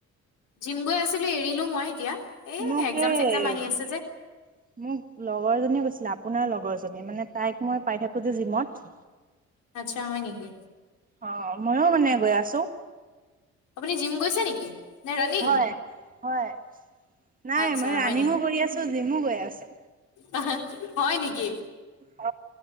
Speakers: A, on the left; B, on the right.
A: জিম গৈ আছিলো এৰিলো মই এতিয়া। এ
B: মোক
A: এক্জাম
B: এই
A: চেকজাম আহি আছে যে
B: মোক লগৰজনীয়ে কৈছিলে আপোনাৰ লগৰ জনী মানে তাইক মই পাই থাকো যে জিমত।
A: আচ্ছা হয় নেকি,
B: অ ময়ো মানে গৈ আছো
A: আপুনি জিম গৈছে নেকি? নে ৰানিং।
B: হয় হয়। নাই
A: আচ্ছা
B: মই ৰানিঙো
A: হয়
B: কৰি আছো জিমো গৈ আছো।
A: অ হয় নেকি? কি
B: অ